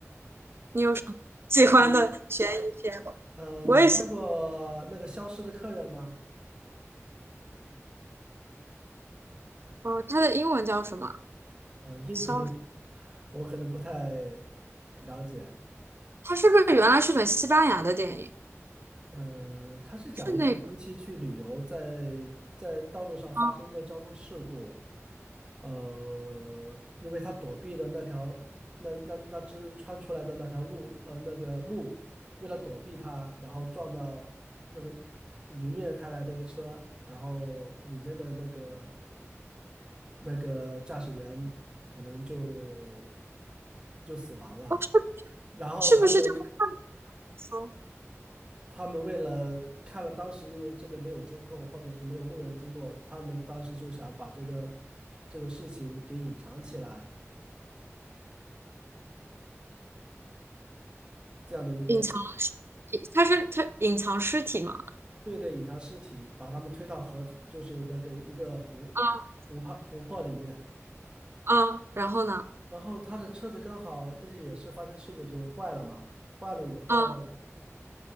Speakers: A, on the right (about 50°); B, on the right (about 20°).
A: 你有什么喜欢的悬疑片吗？
B: 你呃，
A: 我也喜，
B: 你看过那个《消失的客人》吗？
A: 哦，它的英文叫什么？
B: 呃，英文
A: 消，
B: <laughs> 我可能不太了解。
A: 它是不是原来是本西班牙的电影？
B: 呃，他是讲一对夫妻去旅游在，
A: 是那个
B: 在道路上发生一个交通事故，
A: 啊？
B: 呃，因为他躲避的那条那那那只穿出来的那条路，呃，那个鹿为了躲避他，然后撞到那个迎面开来的一个车，然后里面的那个那个驾驶员可能就就死亡了，
A: 哦，是
B: 然后他们。
A: 是不是就是说
B: 他们为了看了当时因为这边没有监控或者是没有路人经过，他们当时就想把这个这个事情给隐藏起来，这样的一个
A: 隐藏？它是它隐藏尸体嘛？
B: 对对，隐藏尸体，把他们推到河，就是那个一个湖湖泊湖泊里面，
A: 啊啊，然后呢？
B: 然后他的车子刚好不是也是发生事故就坏了嘛，坏了以后。
A: 啊